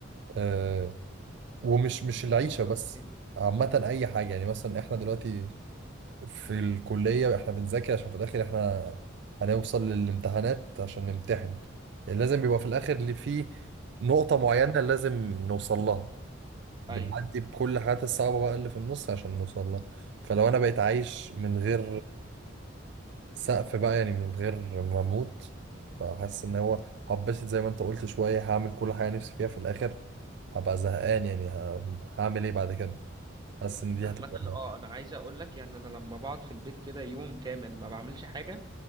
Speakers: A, on the right; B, on the right.
A: أه ومش مش العيشة بس
B: اوكي
A: عامة اي حاجة يعني مثلا احنا دلوقتي في الكلية احنا بنذاكر عشان في الاخر احنا هنوصل للامتحانات عشان نمتحن يعني لازم يبقى في الاخر اللي فيه نقطة معينة
B: هذا
A: لازم نوصل لها بنعدي
B: ايوه
A: بكل الحاجات الصعبة بقى اللي في النص عشان نوصل لها فلو أنا بقيت عايش من غير سقف بقى يعني من غير ما أموت فحاسس إن هو هبسط زي ما أنت قلت شوية هعمل كل حاجة نفسي فيها في الآخر هبقى زهقان يعني ه- هعمل إيه بعد كده حاسس إن دي
B: عامة
A: هتبقى
B: اه انا عايز اقول لك يعني انا لما بقعد في البيت كده يوم كامل ما بعملش حاجة